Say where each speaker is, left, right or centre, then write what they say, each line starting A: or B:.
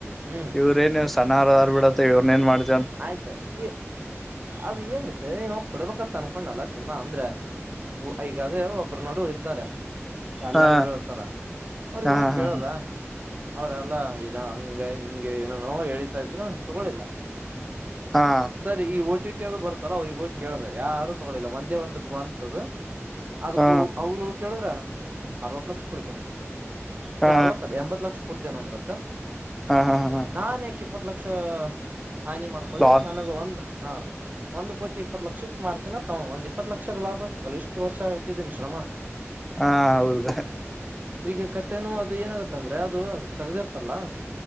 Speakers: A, on the right; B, in the centre.
A: ಹ್ಮ್
B: ಇವ್ರೇನ್ಸ ಸನಾರ ಅದಾರ ಬಿಡ ಅತ ಇವೆರ್ನೆನ್ ಮಾಡತಿ
A: ಆಯ್ತ ಈ ಅದ ಏನೈತೆ ನವು ಕೊಡ್ಬೇಕ ತನ್ಕೊಂಡಲ್ಲ ಸಿನಿಮಾ ಅಂದ್ರೆ ಹ ಈಗಾದ ಒಬ್ಬ್ರ ನಡು ಇ ಇತಾರೆ ದಲ್ಲಾಳಿಗಳ
B: ಹಾ
A: ಇರ್ತಾರ್ ಅವ್ರಗ್
B: ಹಾ
A: ಹೋಗಿ
B: ಹಾ
A: ಕೇಳದ ಅವ್ರಲ್ಲ ಇದ ಹಂಗ ಹಿಂಗೆ ಏನೇನೋ ಎಳಿತಾ ಇದ್ರು ತಗೊಳಿಲ್ಲ
B: ಹಾ
A: ಸರಿ ಈ ಒಟಿ ಟಿ ಅದು ಬರ್ತಲ್ಲ ಅವ್ರಗ ಹೋಗಿ ಕೇಳಿದ್ರ ಯಾರು ತಗೊಳಿಲ್ಲ ಒಂದೇ ಒಂದ್ ಅಂತ್ದ ಅದಕ್ಕೂ
B: ಹಾ
A: ಅವರು ಕೇಳಿದ್ರ ಅರವತ್ತು ಲಕ್ಷ ಕೊಡಿತೇನೆ
B: ಹಾ
A: ಅರವತ್ತಲ್ಲ ಎಂಬತ್ ಲಕ್ಷ ಕೊಡ್ತೇನ ಅಂದ್ರತ್ತ
B: ಹಾ ಹಾ ಹಾ
A: ನಾನೇಕ ಇಪ್ಪತ್ತಲಕ್ಷ <unintelligible> ಹಾನಿ ಮಾಡ್ಕೊಳ್ಳಿ
B: ಲಾಸ್
A: ನನಗ ಒಂದು ಹಾ ಒಂದು ಕೋಟಿ ಇಪ್ಪತ್ತು ಲಕ್ಷಕ್ ಮಾರ್ತೀನ ತಾವ ಒಂದ ಇಪ್ಪತ್ತು ಲಕ್ಷ ಲಾಭ ಅಲ್ಲಿ ಇಷ್ಟು ವರ್ಷ ಹಾಕಿದೀನಿ ಶ್ರಮ
B: ಹಾ ಹೌದು
A: ಈಗ ಕಥೆನೂ ಅದು ಏನಾಗತ್ತ ಅಂದ್ರೆ ಅದು ತಗದಿರ್ತಲ್ಲ